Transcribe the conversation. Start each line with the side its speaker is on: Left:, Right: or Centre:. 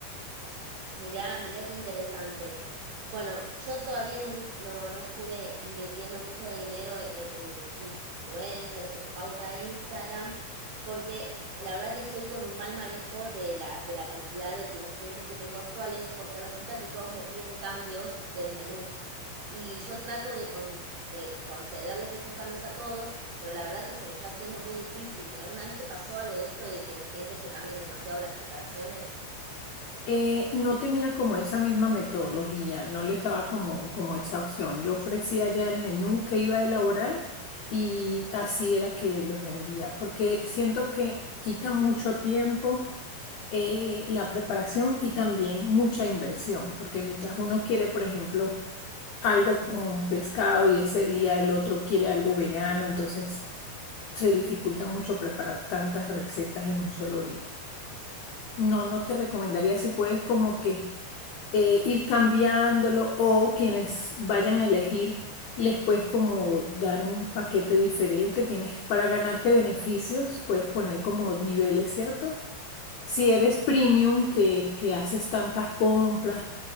Right: Mirá, mirá qué interesante. Bueno, yo todavía no, in- no, no estuve invirtiendo mucho dinero en, en- en influencers o en pauta de Instagram, porque la verdad que estoy con un mal manejo de la, de la cantidad de, de los clientes que tengo actuales, porque resulta que todos me piden cambios del menú y yo trato de, con- de concederles estos cambios a todos, pero la verdad que se me está haciendo muy difícil. ¿Alguna vez te pasó algo de esto de que los clientes te cambien demasiado las preparaciones?
Left: Eh, no tenía como esa misma metodología, no les daba como, como esa opción. Yo ofrecía ya el menú que iba a elaborar y así era que los vendía, porque siento que quita mucho tiempo eh, la preparación y también mucha inversión, porque mientras uno quiere, por ejemplo, algo con pescado y ese día el otro quiere algo vegano, entonces se dificulta mucho preparar tantas recetas en un solo día. No, no te recomendaría si puedes como que eh, ir cambiándolo o quienes vayan a elegir les puedes como dar un paquete diferente, tienes para ganarte beneficios, puedes poner como niveles, ¿cierto? Si eres premium, que, que haces tantas compras